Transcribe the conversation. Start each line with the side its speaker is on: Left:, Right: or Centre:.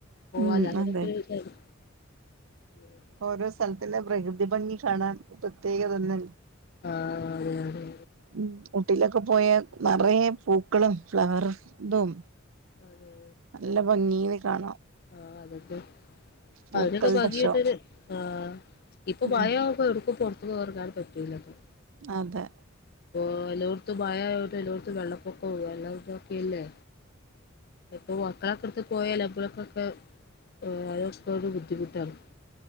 Left: ഓ
Right: ഉം
Left: അല്ലതൊടെക്കെ
Right: അതെ
Left: ഇരിക്ക ആരുന്നു പിന്നെ
Right: ഓരോ സ്ഥലത്തിലെ പ്രകൃതി ഭംഗി കാണാൻ പ്രത്യേകത ഒന്ന്
Left: ആഹ്
Right: ഉം ഊട്ടില് ഒക്കെ പോയ നറയേ പൂക്കളും ഫ്ലവർ ഇടും
Left: അതെ
Right: നല്ല ഭംഗിൽ കാണാം
Left: ആ അതതെ
Right: പൂക്കളുടെ
Left: അതിന് ഒക്കെ ഭംഗി
Right: ഷോ
Left: ഒണ്ട്ഒര് ആ ഇപ്പൊ
Right: ഉം
Left: മഴകുമ്പോ എടുക്കുപൊ ഇനി ഒറങ്ങാനും പറ്റൂല്ല അപ്പം
Right: അതെ
Left: ഇപ്പൊ എല്ലായിടത്തും മഴ ആയത് കൊണ്ട് എല്ലോടത്തും വെള്ള പൊക്കം വെള്ളോത്ക്കെ അല്ലെ എപ്പോഴും മക്കളക്കടുത്ത് പോയല് എപ്പഴും എപ്പഴും ഒക്കെ പോയാലും ഒരു ബുദ്ധിമുട്ടാണ്